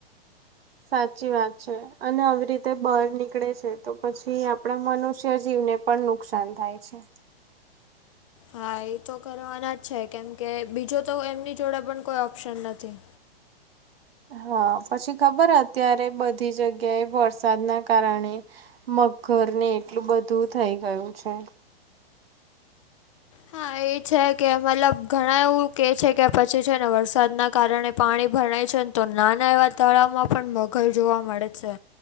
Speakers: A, on the right (about 70°); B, on the left (about 35°).
A: સાચી વાત છે અને આવી રીતે બહાર નીકળે છે તો પછી આપણા મનુષ્ય જીવને પણ નુકસાન થાય છે.
B: હા એ તો કરવાના જ છે કેમ કે બીજો તો એમની જોડે પણ કોઈ ઓપ્શન નથી.
A: હા પછી ખબર અત્યારે બધી જગ્યાએ વરસાદના કારણે <unintelligible> ને એટલું બધું થઈ ગયું છે.
B: હા એ છે કે મતલબ ઘણા એવું કે છે કે પછી છે ને વરસાદના કારણે પાણી <unintelligible> છેન તો નાના એવા તળાવમાં પણ મગર જોવા મળે છે.